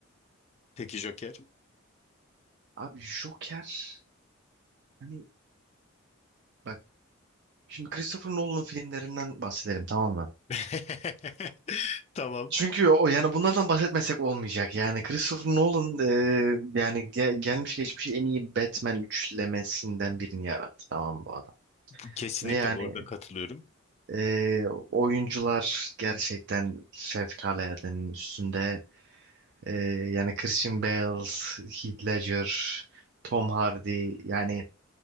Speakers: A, on the left; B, on the right.
A: Peki Joker.
B: Abi Joker hani bak şimdi Christopher Nolan'ın filmlerinden bahsedelim tamam mı?
A: <laughs> Tamam.
B: Çünkü o yani bunlardan bahsetmesek olmayacak. Yani Christopher Nolan eee, yani gel- gelmiş geçmiş en iyi Batman üçlemesinden birini yarattı tamam mı bu adam.
A: Bu kesinlikle
B: Ve yani
A: bu arada katılıyorum.
B: Ee, oyuncular gerçekten fevkaladenin üstünde. Ee, yani Christian Bale, Heath Ledger, Tom Hardy yani